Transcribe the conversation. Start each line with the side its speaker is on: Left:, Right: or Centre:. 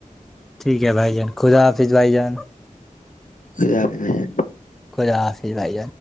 Centre: ٹھیک ہے بھائی جان خدا حافظ بھائی جان
Left: ک آ نہیں
Centre: خدا حافظ بھ ج